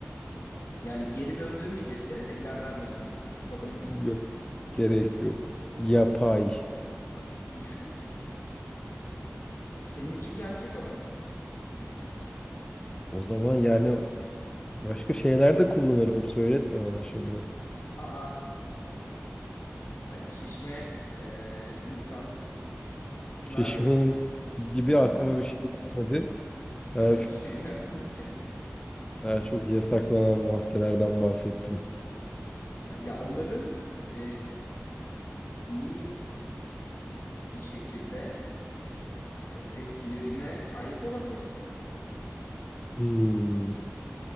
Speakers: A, on the left; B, on the left.
A: Yani geri döndürmeyeceğiz seni de ileriden döneceksin. Kabul mü?
B: Yok. Gerek yok. Yapay.
A: <laughs> Senin için gerçek ama.
B: O zaman yani başka şeyler de kullanırdım. Söyletme bana şimdi.
A: Aa, hayır şişme e, insanlar
B: Şişme
A: yok.
B: insan gibi
A: <laughs>
B: aklıma bir şey gelmedi. Daha
A: Başka
B: çok,
A: şeyler deyince.
B: daha çok yasaklanan maddelerden bahsettim.
A: Ya onların e, iyi bir şekilde e, etkilerine sahip olabilirsin.
B: Hmm.